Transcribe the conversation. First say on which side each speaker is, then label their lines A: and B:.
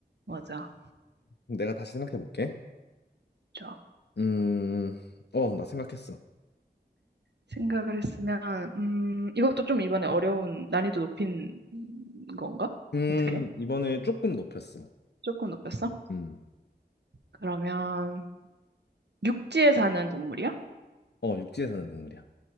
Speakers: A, on the right; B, on the left.
A: 맞아.
B: 그럼 내가 다시 생각해 볼게.
A: 좋아.
B: 음, 어, 나 생각했어.
A: 생각을 했으면, 음, 이것도 좀 이번에 어려운, 난이도 높인 건가?
B: 음,
A: 어떻게?
B: 이번에 조금 높였어.
A: 조금 높였어?
B: 음,
A: 그러면, 육지에 사는 동물이야?
B: 어, 육지에 사는 동물이야.